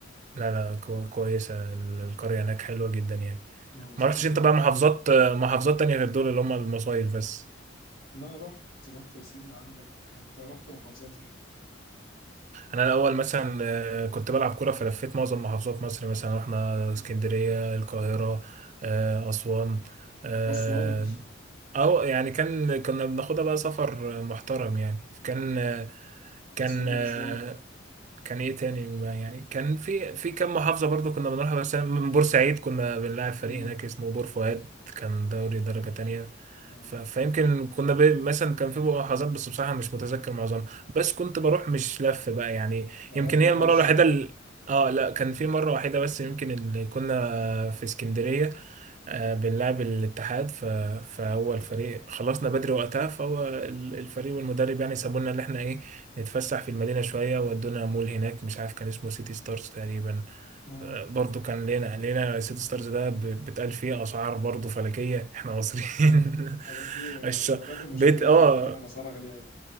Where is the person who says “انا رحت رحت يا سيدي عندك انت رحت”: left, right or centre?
Left